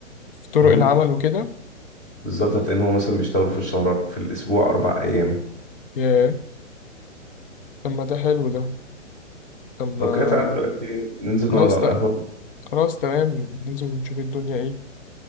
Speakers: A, on the left; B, on the left.
A: في طرق
B: مهم.
A: العمل وكده
B: بالظبط هتلاقي إن هو مثلا بيشتغلوا في الشهر في الأسبوع أربع أيام
A: ياه طب ما ده حلو ده طب ما
B: لو كده تعالى دلوقتي ننزل
A: خلاص
B: نقعد على
A: ده
B: القهوة
A: خلاص تمام ننزل ونشوف الدنيا إيه